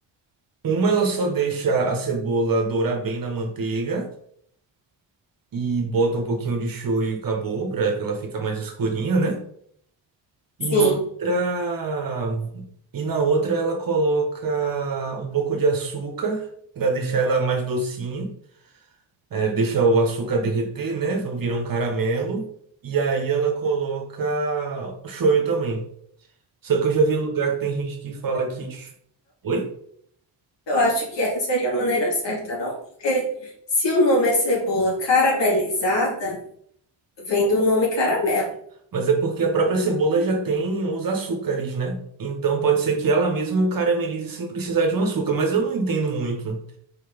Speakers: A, on the right; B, on the left.
A: uma ela só deixa a cebola dourar bem na manteiga e bota um pouquinho de shoyu e acabou, para ela ficar mais escurinha, né? E
B: sim.
A: outra e na outra ela coloca um pouco de açúcar para deixar ela mais docinha. É, deixa o açúcar derreter, né? Virar um caramelo. E aí ela coloca shoyu também. Só que eu já vi lugar que tem gente que fala que. Oi?
B: Eu acho que essa seria a maneira certa, não? Porque se o nome é cebola caramelizada, vem do nome caramelo.
A: Mas é porque a própria cebola já tem os açúcares, né? Então pode ser que ela mesma caramelize sem precisar de um açúcar. Mas eu não entendo muito.